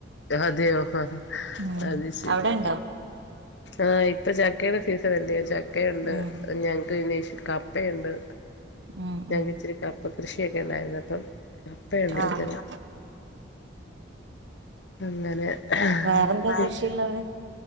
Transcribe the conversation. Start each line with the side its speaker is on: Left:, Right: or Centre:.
Left: അതെയോ
Right: ഉം
Left: അത് ശരി
Right: അവിടെ ഇണ്ടോ
Left: ആഹ ഇപ്പൊ ചക്കയുടെ സീസ് അത് എന്തേച്ചാല് എന്തെക്കെണ്ട്
Right: ഉം
Left: ഞങ്ങക്ക് അന്വോഷി- കപ്പയുണ്ട്
Right: ഉം
Left: ഞാൻ
Right: ഉം
Left: ഇച്ചിരിക്ക കപ്പ- കൃഷിയൊക്കെ ഉണ്ടായിരുന്നു അപ്പം കപ്പ എവിടെത്ത
Right: ആഹ്
Left: അങ്ങനെ
Right: വേറെന്താ
Left: പിന്നെ
Right: കൃഷിയുള്ളത്